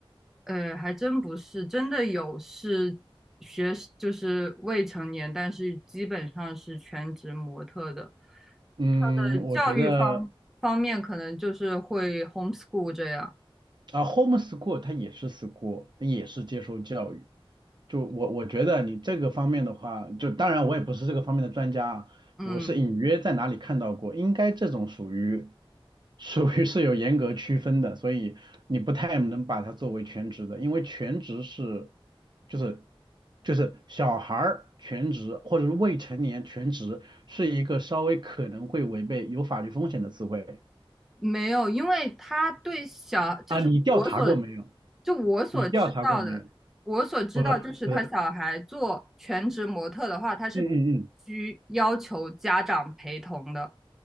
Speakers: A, in the centre; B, on the right.
A: 呃，还真不是，真的有是学就是未成年，但是基本上是全职模特的。
B: 嗯，
A: 他的教育方方面可能就是会
B: 我觉得。
A: homeschool 这样，
B: 啊，homeschool 它也是 school，它也是接受教育。就我我觉得你这个方面的话，就当然我也不是这个方面的专家啊，
A: 嗯。
B: 我是隐约在哪里看到过，应该这种属于属于是有严格区分的，所以你不太能把它作为全职的，因为全职是就是就是小孩儿全职或者是未成年全职是一个稍微可能会违背有法律风险的词汇
A: 没有，因为他对小，就是我所，
B: 啊，你调查过没有？
A: 就我所知道的，
B: 你调查过没有？
A: 我所知道就是他小孩做全职模特的话，
B: 不是不是，
A: 他是
B: 嗯嗯
A: 需要求家长陪同的。